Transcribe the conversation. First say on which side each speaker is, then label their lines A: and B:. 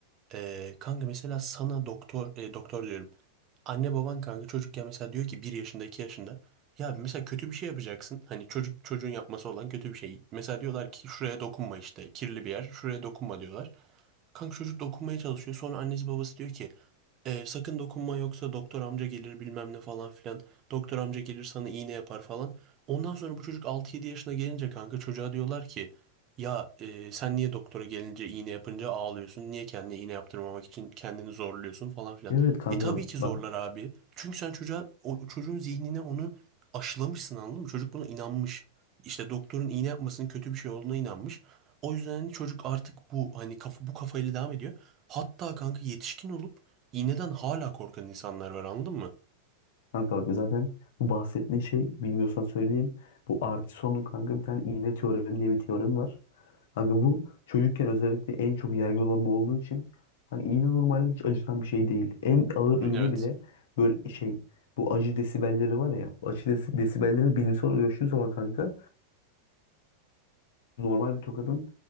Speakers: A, on the right; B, on the left.
A: e, kanka mesela sana doktor e, doktor diyorum. Anne baban kanka çocukken mesela diyor ki bir yaşında 2 yaşında ya mesela kötü bir şey yapacaksın. Hani çocuk çocuğun yapması olan kötü bir şey. Mesela diyorlar ki şuraya dokunma işte kirli bir yer şuraya dokunma diyorlar. Kanka çocuk dokunmaya çalışıyor. Sonra annesi babası diyor ki e, sakın dokunma yoksa doktor amca gelir bilmem ne falan filan. Doktor amca gelir sana iğne yapar falan. Ondan sonra bu çocuk altı yedi yaşına gelince kanka çocuğa diyorlar ki ya e, sen niye doktora gelince iğne yapınca ağlıyorsun? Niye kendine iğne yaptırmamak için kendini zorluyorsun falan filan.
B: Evet kanka
A: E tabii ki zorlar
B: bak
A: abi. Çünkü sen çocuğa o, çocuğun zihnine onu aşılamışsın anladın mı? Çocuk buna inanmış. İşte doktorun iğne yapmasının kötü bir şey olduğuna inanmış. O yüzden hani çocuk artık bu hani kafa, bu kafayla devam ediyor. Hatta kanka yetişkin olup İğneden hala korkan insanlar var anladın mı?
B: kanka bak zaten bu bahsettiğin şey bilmiyorsan söyleyeyim. Bu Artison'un kanka bir tane iğne teoremi diye bir teoremi var. Kanka bu çocukken özellikle en çok yaygın olan bu olduğu için hani iğne normalde hiç acıtan bir şey değil. En ağır
A: Hı hı,
B: iğne
A: Evet.
B: bile böyle şey bu acı desibelleri var ya. Bu acı desi- desibellerini bilimsel olarak ölçtüğün zaman kanka normal bir tokadın